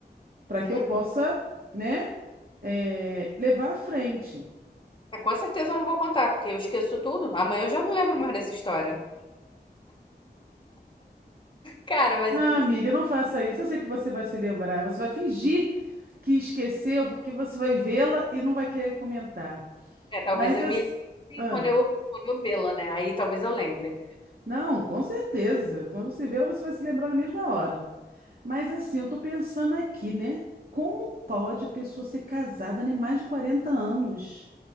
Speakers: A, on the right; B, on the left.
A: para
B: uhum.
A: que eu possa, né, é, levar à frente.
B: É, com certeza eu não vou contar, porque eu esqueço tudo. Amanhã eu já não lembro mais dessa história. Cara, mas
A: Ah,
B: eu não
A: amiga,
B: sei.
A: não faça isso. Eu sei que você vai se lembrar. Você vai fingir que esqueceu, porque você vai vê-la e não vai querer comentar.
B: É, talvez
A: Mas
B: eu
A: as-
B: me lembre
A: ah,
B: quando eu, quando eu vê-la, né? Aí talvez eu lembre.
A: não, com certeza. Quando você vê-la, você vai se lembrar na mesma hora. Mas assim, eu tô pensando aqui, né? Como pode a pessoa ser casada, né? Mais de 40 anos,